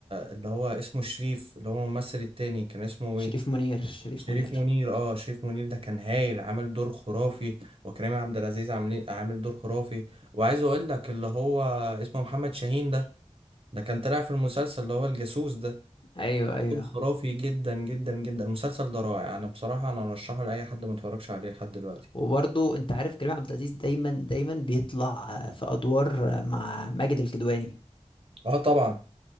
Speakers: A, on the right; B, on the left.
A: اللي هو اسمه شريف اللي هو الممثل التاني كان اسمه
B: شريف
A: ايه
B: منير شريف
A: شريف
B: منير
A: منير اه شريف منير ده كان هايل عامل دور خرافي وكريم عبد العزيز عامل عامل دور خرافي وعايز اقول لك اللي هو اسمه محمد شاهين ده ده كان طلع في المسلسل اللي هو الجاسوس ده
B: أيوه أيوه
A: كان خرافي جدا جدا جدا المسلسل ده رائع انا بصراحه انا ارشحه لاي حد ما اتفرجش عليه لحد دلوقتي
B: وبرضه أنت عارف كريم عبد العزيز دايما دايما بيطلع آه، في أدوار آه، مع ماجد الكدواني
A: اه طبعا